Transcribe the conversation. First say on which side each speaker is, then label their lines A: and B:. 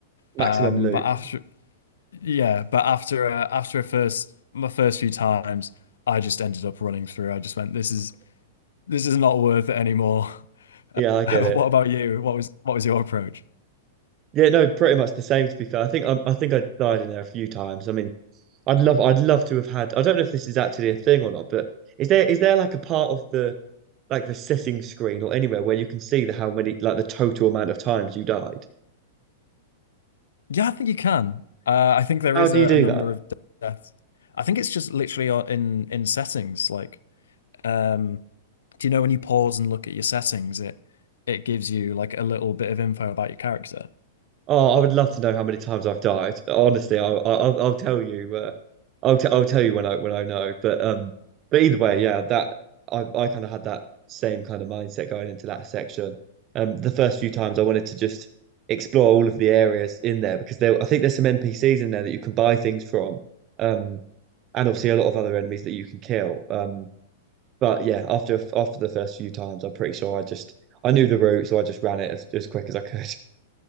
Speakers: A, on the right (about 35°); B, on the left (about 65°).
A: Maximum
B: Um,
A: loot.
B: but after yeah, but after uh, after a first my first few times, I just ended up running through. I just went, this is this is not worth it anymore.
A: Yeah,
B: <laughs>
A: I get it.
B: what about you? What was what was your approach?
A: Yeah, no, pretty much the same to be fair. I think I, I think I died in there a few times. I mean, I'd love I'd love to have had I don't know if this is actually a thing or not, but is there is there like a part of the like the setting screen or anywhere where you can see the how many like the total amount of times you died?
B: Yeah, I think you can. Uh, I think there
A: How
B: is
A: do
B: a,
A: you do
B: a number
A: that?
B: of deaths. I think it's just literally on- in in settings. Like, um, do you know when you pause and look at your settings, it it gives you like a little bit of info about your character.
A: Oh, I would love to know how many times I've died. Honestly, I'll I'll, I'll tell you. Uh, I'll t I'll tell you when I when I know. But um, but either way, yeah, that I I kind of had that same kind of mindset going into that section. Um, the first few times I wanted to just explore all of the areas in there because there I think there's some NPCs in there that you can buy things from. Um, and obviously a lot of other enemies that you can kill. Um, but yeah, after after the first few times, I'm pretty sure I just I knew the route, so I just ran it as, as quick as I could. <laughs>